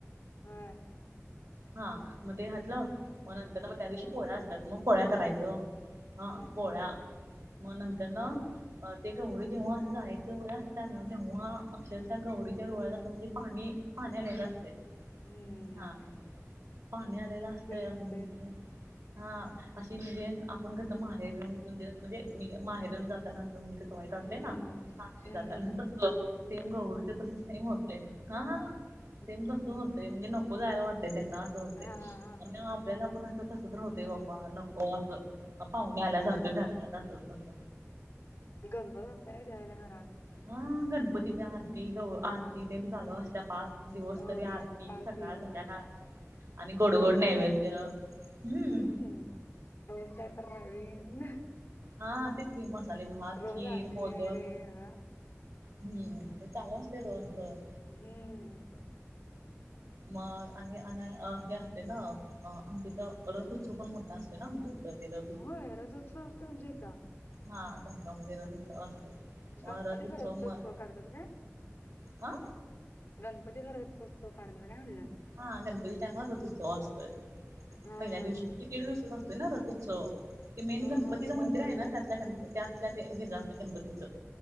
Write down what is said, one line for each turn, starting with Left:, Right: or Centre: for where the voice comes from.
Left: हा
Right: हा मग ते घातलं
Left: हम्म हम्म
Right: मग नंतर
Left: हम्म
Right: ना मग त्या दिवशी
Left: हम्म
Right: पोळ्या असतात मग पोळ्या करायचं. हा
Left: हम्म
Right: पोळ्या
Left: हम्म हम्म
Right: मग नंतर न
Left: हम्म.
Right: ते गौरी जेव्हा असं जायचं बघा ना तेव्हा अक्षरशः गौरीच्या डोळ्यात असं म्हणजे पाणी पाणी आलेलं असते.
Left: हम्म
Right: हा पाणी आलेला असतय
Left: तेच
Right: असं म्हण
Left: तेच
Right: हा अशी म्हणजे आपण कसं माहेरून म्हणजे म्हणजे माहेरून जाताना अस म्हणजे कसं वाईट
Left: हम्म
Right: वाटतेय ना
Left: हम्म
Right: जाताना तस सेम गौरीचे तस सेम होतय हा सेम
Left: हम्म
Right: तसं होतय म्हणजे नक जायला वाटते त्यांना असं होते
Left: हा
Right: आणि
Left: हा हा
Right: आपल्याला पण असं कसत राहते बाबा नको असं पाहुणे आल्यासारखं
Left: हा
Right: घरात असतज
Left: गजबज असते नाही त्यायला घरात
Right: मंगण पतिच्या
Left: हम्म
Right: आरती ग आरती त्यांनी चालू असत पाच दिवस
Left: होय
Right: तरी आरती
Left: पाच
Right: सकाळ
Left: दिवस
Right: संध्याकाळ आणि गोडगोड
Left: तेच
Right: नैवेद्य
Left: राहील
Right: हम्म
Left: हम्म रोज कायतर नवीन
Right: हाा तेच मसाले भात
Left: रोज
Right: खीर
Left: आरती
Right: मोदक
Left: वगैरे हा
Right: हम्म ते चालू असतय रोजच
Left: हम्म
Right: मग आणि अ हे असते ना आमच्याथ रथउत्सव पण मोठा असत ते ना तेततेन
Left: होय रथोत्सव असते तुमच्याइथ
Right: हा संगाव मध्ये रथउत्सव असतोय. मग
Left: गणपतीचा
Right: रथ उत्सव
Left: रथउत्सव
Right: मग
Left: करतात काय
Right: हा
Left: गणपतीचा रथोत्सव करतात काय म्हणलं
Right: हा गणपती त्यामुळवा असतोय
Left: हा हा
Right: पहिल्या दिवशीजे
Left: हा
Right: दीड दिवसाचा असतय ना रथ उत्सव ते मेन
Left: हो
Right: गणपतीचं
Left: हो हो
Right: मंदिर आहे ना त्यातल्या त्यातल्यार गणपतीच